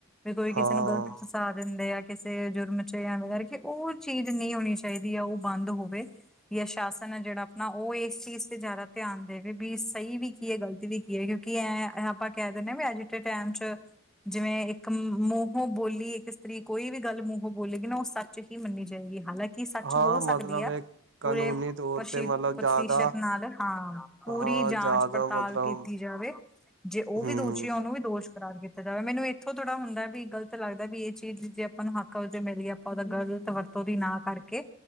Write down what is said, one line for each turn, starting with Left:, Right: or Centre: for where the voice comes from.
Centre: ਵੀ ਕੋਈ ਕਿਸੇ
Right: ਹਾਂ
Centre: ਨੂੰ ਗ਼ਲਤ ਪਾ ਦਿੰਦੇ ਆ ਕਿਸੇ ਜੁਰਮ ਚ ਜਾਂ ਵਗੈਰਾ ਓ ਚੀਜ਼ ਨਈ ਹੋਨੀ ਚਾਈਦੀ ਆ, ਓ ਬੰਦ ਹੋਵੇ। ਜਾਂ ਸ਼ਾਸਨ ਐ ਜੇੜਾ ਨਾ ਓ ਏਸ ਚੀਜ਼ ਤੇ ਜਾਦਾ ਧਿਆਨ ਦੇਵੇ ਵੀ ਸਈ ਵੀ ਕੀ ਐ ਗ਼ਲਤੀ ਵੀ ਕੀ ਐ ਕਿਓਂਕਿ ਐਂ ਆਪਾਂ ਕੈ ਦਿੰਨੇ ਆਂ ਵੀ ਅੱਜ ਦੇ ਟੈਮ ਚ ਜਿਵੇਂ ਇੱਕ ਮੂੰਹੋਂ ਬੋਲੀ ਇੱਕ ਇਸਤਰੀ ਕੋਈ ਵੀ ਗੱਲ ਮੂੰਹੋਂ ਬੋਲੇਗੀ ਨਾ ਓ ਸੱ ਸੱਚ ਹੀ ਮੰਨੀ ਜਾਏਗੀ ਹਾਲਾਂਕੀ ਸੱਚ
Right: ਹਾਂ
Centre: ਹੋ
Right: ਮਤਲਬ
Centre: ਸਕਦੀ ਐ,
Right: ਇਹ ਕਾਨੂੰਨੀ
Centre: ਪੂਰੇ
Right: ਤੌਰ
Centre: ਪਰ
Right: ਤੇ ਮਤਲਬ ਜ਼ਿਆਦਾ
Centre: ਪ੍ਰਤੀਸ਼ਤ ਨਾਲ ਹਾਂ, ਪੂਰੀ
Right: ਹਾਂ
Centre: ਜਾਂਚ-ਪੜਤਾਲ
Right: ਜ਼ਿਆਦਾ ਮਤਲਬ
Centre: ਕੀਤੀ ਜਾਵੇ। ਜੇ ਓ
Right: ਹੂੰ
Centre: ਵੀ ਦੋਸ਼ੀ ਹੋਨ ਵੀ ਦੋਸ਼ ਕਰਾਰ ਕੀਤਾ ਜਾਵੇ, ਮੈਨੂੰ ਏਥੋ ਥੋੜਾ ਹੁੰਦਾ ਵੀ ਗਲਤ ਲੱਗਦਾ ਵੀ ਏ ਚੀਜ਼ ਜੇ ਆਪਾਂ ਨੂੰ ਹੱਥ ਕੱਲ ਜੇ ਮਿਲੀਏ ਆਪਾਂ ਓਦਾ ਗਲਤ ਵਰਤੋਂ ਓਦੀ ਨਾ ਕਰਕੇ